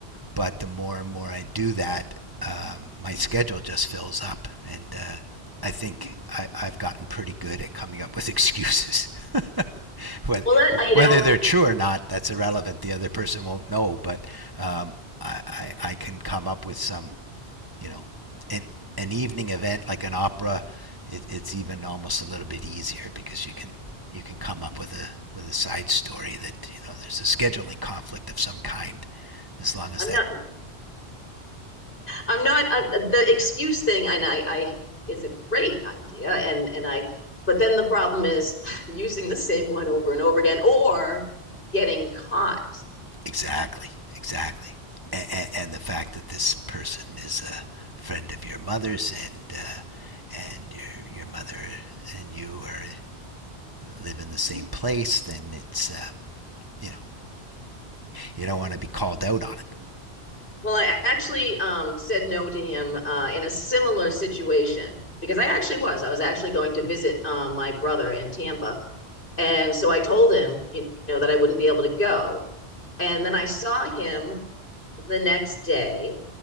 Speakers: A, on the right (about 20°); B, on the left (about 55°).
A: but the more and more I do that, um, my schedule just fills up, and uh, I think I, I've gotten pretty good at coming up with excuses. <laughs> whether,
B: Well, that I- you
A: whether
B: know,
A: they're true or not, that's irrelevant. The other person won't know, but um, I, I, I can come up with some you know, an, an evening event like an opera, it, it's even almost a little bit easier because you can you can come up with a with a side story that you know there's a scheduling conflict of some kind, as long as
B: I'm
A: that
B: not. I'm not. I'm, the excuse thing, and I, I, it's a great idea, and and I. But then the problem is <laughs> using the same one over and over again, or getting caught.
A: exactly exactly. A- and the fact that this person is a friend of your mother's and uh, and your your mother and you are live in the same place, then it's um, you know you don't want to be called out on it.
B: Well, I actually um, said no to him uh, in a similar situation because I actually was. I was actually going to visit um, my brother in Tampa. And so I told him, you know, that I wouldn't be able to go. And then I saw him the next day